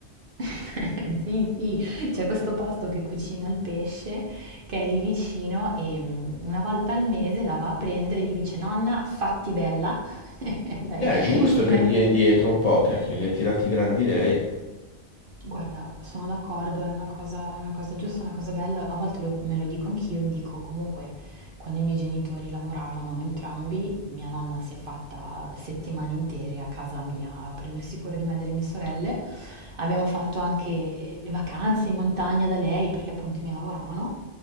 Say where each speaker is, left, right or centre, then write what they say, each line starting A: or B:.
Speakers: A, on the right; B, on the left.
A: <laughs> Sì, sì, c'è questo posto che cucina il pesce che è lì vicino e mm, una volta al mese la va a prendere e gli dice: Nonna, fatti bella. <laughs> Lei
B: Eh, è giusto
A: si
B: che
A: mette.
B: dia indietro un po', cacchio, li ha tirati grandi lei.
A: Guarda, sono d'accordo, è una cosa, è una cosa giusta, è una cosa bella. A volte lo- me lo dico anch'io, mi dico comunque quando i miei genitori lavoravano entrambi, mia nonna si è fatta settimane intere a casa mia a prendersi cura di me e delle mie sorelle. Abbiamo fatto anche le vacanze in montagna da lei perché appunto i miei lavoravano.